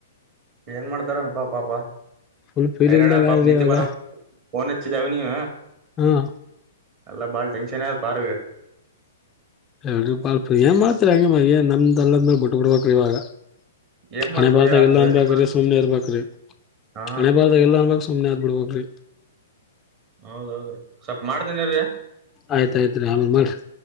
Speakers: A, on the right; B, on the left.
A: ಏನ್ ಮಾಡ್ತಾರ ಪಾ ಪಾಪ
B: ಫುಲ್ ಫೀಲಿಂಗ್
A: ಹೈರಣರಣ್ಣ
B: ದಾಗ
A: ಪಾಪ
B: ಆದ್ರಿ
A: ನಿದ್ದೆ
B: ಇವಾಗ
A: ಬರ ಫೋನ್ ಹಚ್ಚಿದಾಗ ನೀನು
B: ಹ್ಮ್
A: ಎಲ್ಲ ಬಾಳ್ ಟೆನ್ಶನ್ ಆಗೈತ್ ಅವರಿಗೆ
B: ಎರಡ್ ಪಾಪ್ಪಾ ಏನ್ ಮಾಡ್ತರಿ ಹಂಗೆ ಮಗೆ ನಮ್ದ ಅದ್ಮೇಲೆ ಬಿಟ್ಟ ಬಿಡ್ಬೇಕ್ರಿ ಇವಾಗ
A: ಏನ್ ಮಾಡ್ತರಿ
B: ಹಣೆ ಬಾರತಾಗಲ್ಲ
A: ಅಷ್ಟ್ ಜಲ್ದಿ
B: ಅಂದ ಸುಮ್ನೆ ಇರ್ಬಕ್
A: ಹಾ
B: ಹಣೆ ಬರ್ದಾಗಲ್ಲ ಅನ್ಬಕ್ ಸುಮನೆ ಅದಬಿಡ್ಬ್ರಿ
A: ಹೌದೌದುರೀ ಸ್ವಲ್ಪ ಮಾಡ್ತೀನಿರೀ
B: ಆಯ್ತಾಯ್ತ್ ಆಮ್ರ ಮಾಡ್ರರಿ